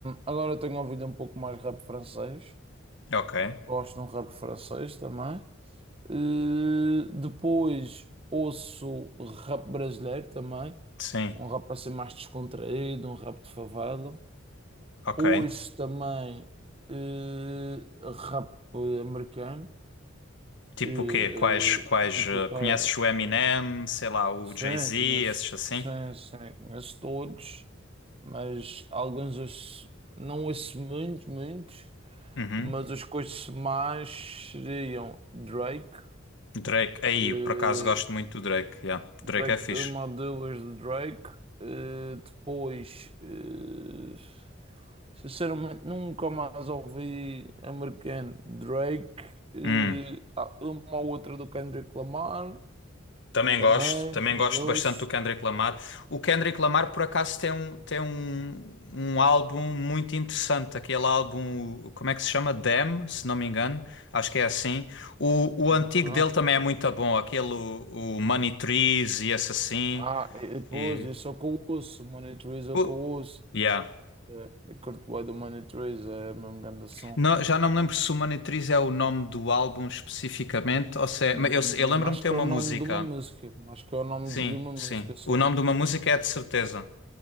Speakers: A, on the right; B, on the left.
A: agora eu tenho ouvido um pouco mais rap francês,
B: Ok,
A: gosto de um rap francês também. Eh, depois ouço rap brasileiro também,
B: sim,
A: um rap assim mais descontraído, um rap de favela.
B: ok.
A: Ouço também eh, rap americano,
B: Tipo
A: eh,
B: o quê? Quais, quais,
A: tipo,
B: ah,
A: que é,
B: conheces o Eminem, sei lá, o
A: sim,
B: Jay-Z,
A: conheço,
B: esses assim?
A: sim, sim, conheço todos, mas alguns ouço- não ouço muitos, muitos,
B: Uhum.
A: mas os que ouço mais seriam Drake.
B: Drake, aí,
A: eh,
B: por acaso gosto muito do Drake, yeah.
A: Drake,
B: Drake é fixe.
A: uma ou duas de Drake. Eh, depois, eh, sinceramente, nunca mais ouvi americano. Drake, eh,
B: Hum.
A: há uma ou outra do Kendrick Lamar,
B: Também
A: também,
B: gosto, também
A: também
B: gosto
A: ouço.
B: bastante do Kendrick Lamar. O Kendrick Lamar, por acaso, tem um, tem um, um álbum muito interessante, aquele álbum, como é que se chama? Damn, se não me engano, acho que é assim. O, o
A: Ok.
B: antigo dele também é muito bom, aquele, o, o Money Trees e esse assim.
A: Ah, e e depois,
B: E,
A: eu só que eu ouço, Money Trees é
B: o-
A: o que eu ouço.
B: yeah.
A: Eh, Eu curto bem do Money Trees, é a mesma grande som.
B: Não, já não me lembro se o Money Trees é o nome do álbum especificamente, ou se é,
A: Hum,
B: mas eu, sei- eu lembro-me
A: hum, Acho
B: de ter
A: que
B: uma
A: é o nome
B: música.
A: de uma música, acho que é o nome
B: Sim,
A: de uma música
B: sim.
A: só.
B: O nome de uma música é de certeza.